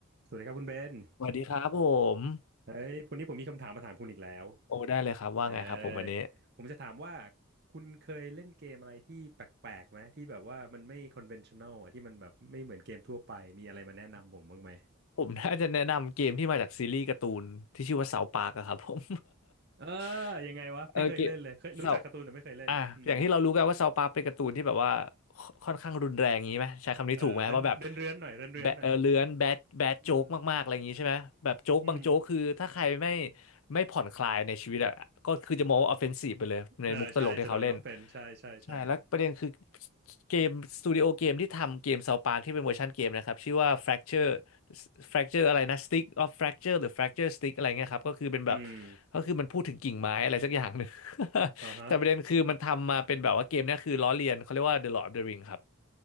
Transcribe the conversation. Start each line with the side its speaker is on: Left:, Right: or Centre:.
Right: สวัสดีครับคุณเบน
Left: สวัสดีครับผม
Right: เฮ้ยวันนี้ผมมีคำถามมาถามคุณอีกแล้ว
Left: โอ้ได้เลยครับว่าไงครับผมวันนี้
Right: เออผมจะถามว่าคุณเคยเล่นเกมอะไรที่แปลกๆไหมที่แบบว่ามันไม่ conventional อ่ะที่มันแบบไม่เหมือนเกมทั่วไปมีอะไรมาแนะนำผมบ้างไหม
Left: ผม <laughs> น่าจะแนะนำเกมที่มาจากซีรีส์การ์ตูนที่ชื่อว่าเสาปากอะครับผม
Right: เออ
Left: <laughs>
Right: ยังไงวะไม่เคยเล่นเลยเคยรู้จักการ์ตูนแต่ไม่เคยเล่นอืม
Left: เออเกมเสา อ่ะอย่างที่เรารู้กันว่าเซาวปาร์คเป็นการ์ตูนที่แบบว่าคค่อนข้างรุนแรงงี้ไหมใช้คำนี้ถูกไหมว่าแบบ
Right: เออเดินเดินเรือนหน่อยเดินเรือนหน่อย
Left: แบะเออเลื้อนแบดแบดโจ๊กมากๆอะไรอย่างนี้ใช่ไหมแบบโจ๊กบางโจ๊กคือถ้าใครไม่
Right: อืมอืม
Left: ไม่ผ่อนคลายในชีวิตอ่ะก็คือจะมองว่าออฟเฟนซีฟไปเลยในมุกตลกที่เขาเล่น
Right: เออใช่จะโดน offense ใช่ใช่ใช่
Left: ใช่แล้วประเด็นคือเกมสตูดิโอเกมที่ทำเกมเซาปาที่เป็นเวอร์ชันเกมนะครับชื่อว่า Fracture Fracture อะไรนะ Stick of Fracture หรือ Fracture Stick อะไรเงี้ยครับก็คือเป็นแบบ
Right: อืม
Left: ก็คือมันพูดถึงกิ่งไม้อะไรสักอย่างหนึ่ง <laughs>
Right: อ่าฮะ
Left: แต่ประเด็นคือมันทำมาเป็นแบบว่าเกมเนี้ยคือล้อเลียนเขาเรียกว่า The Lord of the Ring ครับ